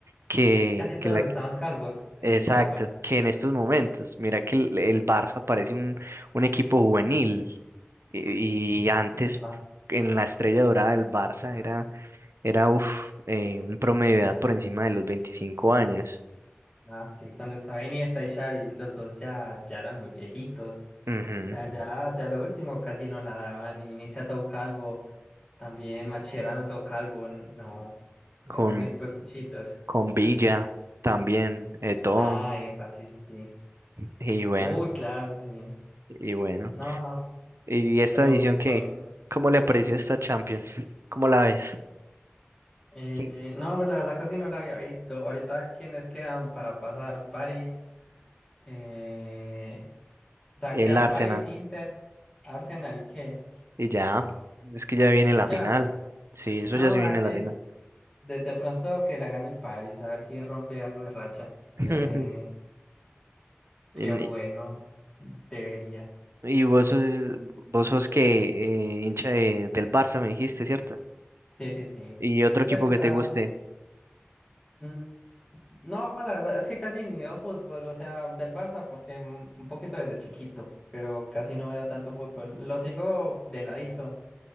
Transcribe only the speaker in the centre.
Casi
todos
estaban calvos, sí,
epa.
Epa.
Ah, sí, cuando estaba Iniesta y Xavi, los dos ya, ya eran muy viejitos.
O sea, ya, ya lo último casi no la daban. Y Iniesta todo calvo, también Macherano todo calvo. n- No,
era un equipo de cuchitos.
Ah, epa, sí, sí, sí.
Uy, claro, sí.
No,
pero
bueno.
Eh,
no, pues la verdad casi no la había visto. Ahorita, ¿quiénes quedan para pasar? París. Eh, o sea,
queda
París, Inter, Arsenal y qué.
Y ya.
No,
dale,
De, de pronto que la gane el París, a ver si rompe algo de racha. Que,
qué
bueno, debería.
Sí, sí, sí.
Pues, o
sea,
mm, no, la verdad es que casi ni veo fútbol, o sea, del Barça, porque mm, un poquito desde chiquito, pero casi no veo tanto fútbol. Lo sigo de ladito